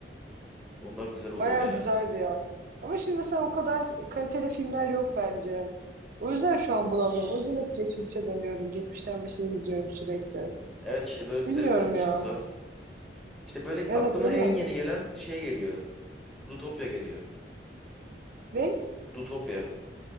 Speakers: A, in the centre; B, on the right (about 50°).
A: Onlar güzel oluyor
B: Bayağı
A: ya.
B: güzeldi ya. Ama şimdi mesela o kadar kaliteli filmler yok bence. O yüzden şu an bulamıyorum. O yüzden hep geçmişe dönüyorum. Geçmişten bir şey izliyorum sürekli.
A: Evet işte böyle güzel
B: Bilmiyorum
A: bir film çıksa.
B: ya.
A: İşte böyle
B: Evet
A: aklıma
B: değil
A: en
B: mi?
A: yeni gelen şey geliyor. Zootopia geliyor.
B: Ne?
A: Zootopia.